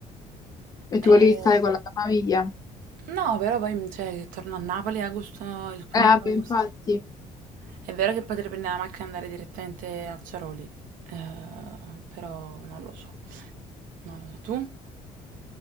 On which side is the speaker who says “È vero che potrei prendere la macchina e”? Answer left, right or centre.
Right